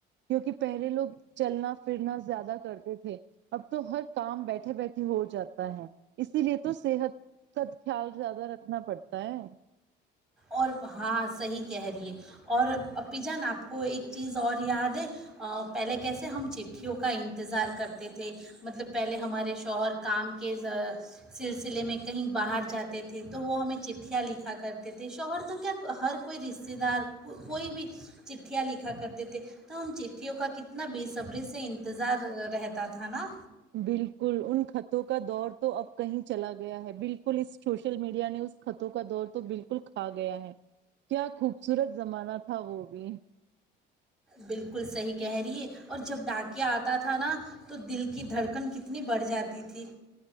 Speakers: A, on the right (about 60°); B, in the centre.
A: کیونکہ پہلے لوگ چلنا پھرنا زیادہ کرتے تھے اب تو ہر کام بیٹھے بیٹھے ہو جاتا ہے اسی لیے تو صحت کا خیال زیادہ رکھنا پڑتا ہے
B: اور ہاں صحیح کہہ رہی ہے اور اپی جان آپ کو ایک چیز اور یاد ہے پہلے کیسے ہم چٹھیوں کا انتظار کرتے تھے مطلب پہلے ہمارے شوہر کام کے سلسلے میں کہیں باہر جاتے تھے تو وہ ہمیں چٹھیاں لکھا کر تےتھے شوہر تو کیا ہر کوئی رشتے دار کوئی بھی چٹھیاں لکھا کرتے تھے تو ہم چٹھیوں کا کتنا بےصبری سے انتظار رہتا تھا نا
A: بالکل ان خطوں کا دور تو اب کہیں چلا گیا ہے بالکل اس سوشل میڈیا نے اس خطوں کا دور تو بالکل کھا گیا ہے کیا خوبصورت زمانہ تھا وہ بھی
B: بالکل صحیح کہہ رہی ہے اور جب ڈاکیا آتا تھا نا تو دل کی دھڑکن کتنی بڑھ جاتی تھی